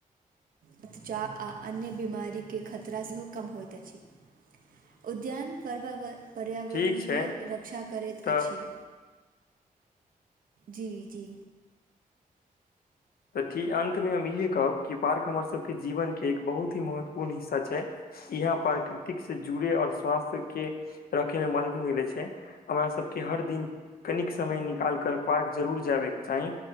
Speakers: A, on the right (about 70°); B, on the left (about 85°).
A: रक्तचाप आ अन्य बीमारीके खतरा सेहो कम होइत अछि। उद्यान परवाव - पर्यावरण
B: ठीक छै
A: केँए रक्षा करैत
B: तऽ
A: अछि। जी जी,
B: थि अंत मे हम इहे कहब कि पार्क हमर सबके जीवन के एक बहुत ही महत्वपूर्ण हिस्सा छै। इहे पर कृति से जुड़े आऔर स्वास्थ्य के रखय मे मदद मिलैत छै हमरा सबके हर दिन कनिक समय निकालि कर पार्क जरूर जाबेके चाही